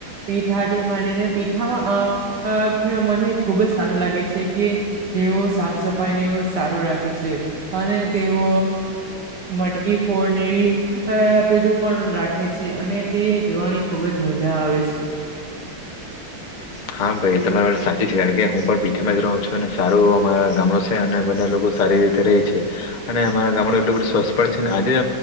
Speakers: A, on the right (about 60°); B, on the left (about 65°).
A: પીઠાટી માંડીને પીઠામાં અહ મને અહ ખુબજ સારું લાગે છે કે તેઓ સાફ સફાઈ ને એવું સારું રાખે છે અને તેઓ મટકી ફોડને એવી અહ પેલું પણ રાખે છે અને તે જોવાની ખુબજ મજા આવે છે.
B: હા ભાઈ તમારી વાત સાચી છે, કારણકે હું પણ પીઠામાં જ રહું છું અને સારું અમારા ગામડુ છે અને બધા લોકો સારી રીતે રહી છે અને અમારા ગામડું એટલું બધું સ્વસ્થ પણ છે ને આજે